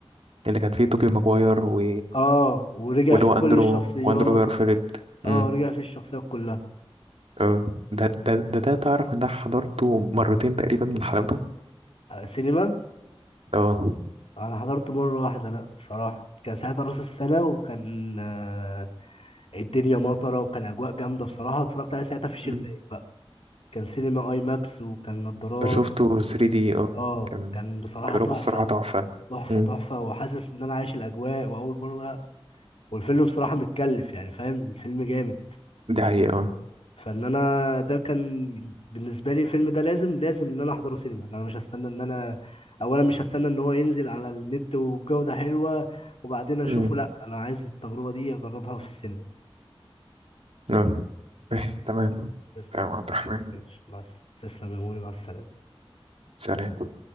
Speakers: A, on the right; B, on the left.
A: اللي كان فيه توبي ماجواير و...
B: اه ورجع
A: واللي
B: فيه
A: هو اندرو
B: كل الشخصيات
A: واندرو جارفيلد
B: اه
A: امم
B: رجع فيه الشخصيات كلها
A: اه ده ده ده ده تعرف ان ده حضرته مرتين تقريبا لحلاوته
B: آه، سينما
A: اه
B: انا حضرته مره واحده لا بصراحه كان ساعتها راس السنه وكان آه، الدنيا مطره وكان اجواء جامده بصراحه اتفرجت عليه ساعتها في الشيخ
A: مم.
B: زايد بقى كان سينما اي ماكس وكان نضارات
A: شفته 3D اه
B: اه
A: كان
B: كان بصراحة
A: تجربة
B: تحفة
A: الصراحة تحفة
B: تحفة
A: مم.
B: تحفة وحاسس ان انا عايش الاجواء واول مرة والفيلم بصراحة متكلف يعني فاهم الفيلم جامد
A: دي حقيقة اه
B: فان انا ده كان بالنسبة لي الفيلم ده لازم لازم ان انا احضره سينما إن انا مش هستنى ان انا اولا مش هستنى ان هو ينزل على النت وبجودة حلوة وبعدين اشوفه
A: مم.
B: لا انا عايز التجربة دي اجربها في السينما
A: اه ماشي تمام
B: بالظبط
A: تمام عبد الرحمن
B: ماشي مع الس- تسلم يا موري مع السلامة
A: سلام